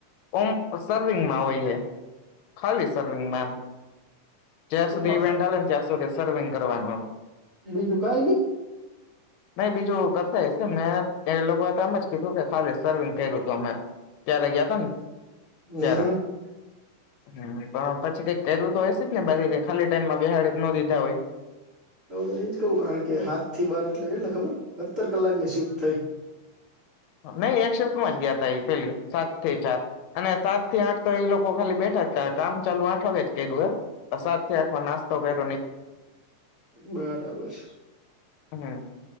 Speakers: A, on the left; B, on the right.
A: ઓમ સર્વિંગમાં હોય છે હખલી સર્વિંગ મેમ ચેસ
B: ટૂંકમાં
A: સુધી ઇવેન્ટ હાલે ને ત્યાં સુધી સર્વિંગ કરવાનું આમ
B: બીજુ કાય નહીં
A: નહી બીજું કરતા હશે મે ત્યારે લોકોએ તમે જ કીધું કે ખાલી સર્વિંગ કર્યું હતું અમે ત્યારે ગયા હતા ને
B: હમ
A: ત્યારે હમ પણ પછી કઈક કર્યુ તો હશે જ ને બાકી ખાલી ટાઈમમાં બેહાડી તો ન દીધા હોય
B: હું તો નહી જ કહું કારણ કે સાત થી બાર એટલે કેટલા ખબર સતર કલાક ની શિફ્ટ થઈ
A: નહી એક શિફ્ટમાં જ ગયાતા એ પેલી સાત થી ચાર અને સાત થી આઠ તો એ લોકો ખાલી બેઠા જ કામ ચાલુ આઠ વાગે જ કર્યું હૅ સાત થી આઠ માં નાસ્તો કર
B: બરાબર
A: હમ